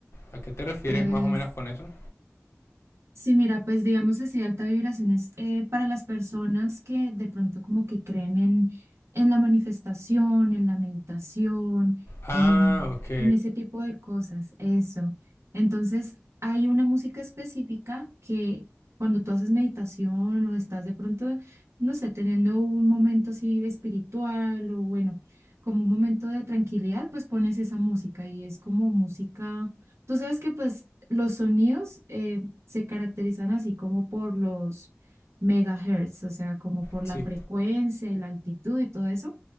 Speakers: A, on the left; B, on the right.
A: ¿A qué te refieres
B: Pues
A: más o menos con eso?
B: Sí, mira, pues digamos así, alta vibración es eh, para las personas que de pronto como que creen en, en la manifestación, en la meditación,
A: Ah,
B: en,
A: ok.
B: en ese tipo de cosas, eso. Entonces, hay una música específica que cuando tú haces meditación o estás de pronto, no sé, teniendo un momento así espiritual o bueno, como un momento de tranquilidad, pues pones esa música y es como música, tú sabes que pues los sonidos... eh, se caracterizan así como por los megahertz, o sea, como por
A: Sí.
B: la frecuencia y la altitud y todo eso.